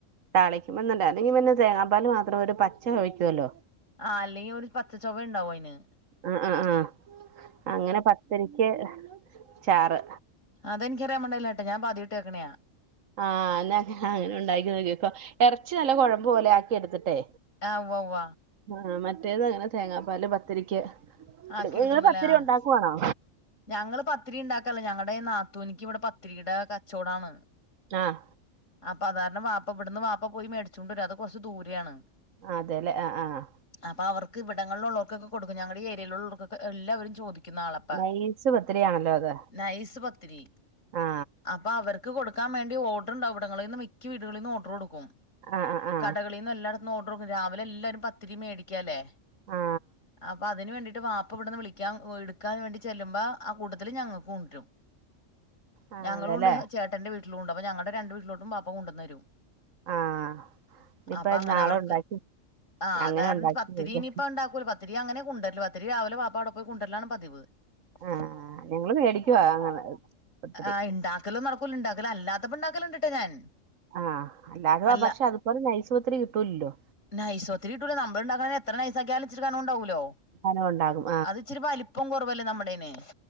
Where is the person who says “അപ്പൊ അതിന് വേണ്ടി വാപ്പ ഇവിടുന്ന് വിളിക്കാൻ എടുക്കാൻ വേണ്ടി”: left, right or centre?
Left